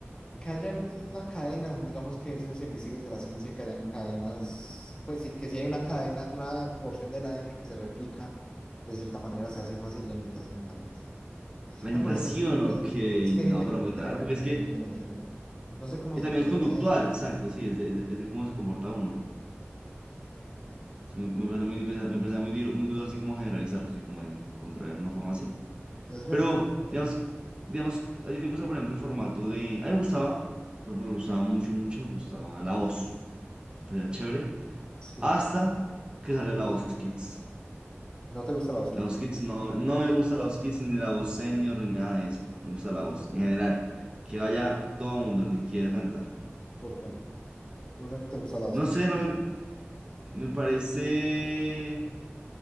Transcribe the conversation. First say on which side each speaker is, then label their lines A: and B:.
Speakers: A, on the left; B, on the right.
A: que haya alguna cadena, digamos que eso se investiga desde la ciencia, que hayan cadenas, pues sí, que si hay una cadena, una porción del ADN que se replica, de cierta manera se hace fácil la imitación, tal vez.
B: La imitación,
A: No, pero es que no tendría
B: ok.
A: sentido, porque es que hay
B: No,
A: gente
B: pero
A: que lo
B: muy
A: entrena,
B: raro, porque
A: literalmente
B: es que
A: lo entrena. No sé cómo
B: y
A: se
B: también
A: entrena
B: es conductual,
A: eso, es
B: exacto,
A: el punto.
B: sí, es de, es de- es de cómo se comporta uno. Me, me parece muy, me, parece me parece muy, duro- muy duro así como generalizarlo, así como de contraer una forma así.
A: Es verdad,
B: Pero,
A: es verdad.
B: digamos, digamos, ¿a ti te gusta, por ejemplo, el formato de... A mí me gustaba, por ejemplo, me gustaba mucho, mucho, me gustaba La Voz. Me parecía chévere.
A: Sí.
B: Hasta que salió La Voz Kids.
A: ¿No te gusta la Kit?
B: La voz kids no, no me gusta la voz kids ni la voz senior ni nada de eso. Me gusta la
A: ¿Por
B: voz
A: qué? ¿Por
B: en general.
A: qué?
B: Que vaya todo el mundo el que quiera cantar.
A: ¿Por qué? ¿Por qué no te gusta la
B: No
A: Kit?
B: sé, no me, me parece.